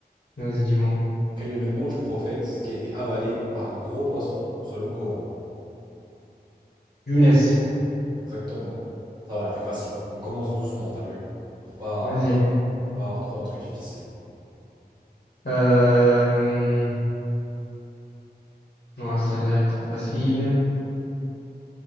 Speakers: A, on the left; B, on the right.
A: Vas-y, dis-moi.
B: Quel est le nom du prophète qui a été avalé par un gros poisson selon le Coran?
A: Younes,
B: Exactement. Ça va, elle était facile. On commence doucement, t'as vu? Pour pas,
A: vas-y.
B: pas avoir trop un truc difficile.
A: Euh, ouais, celle-là elle est trop facile.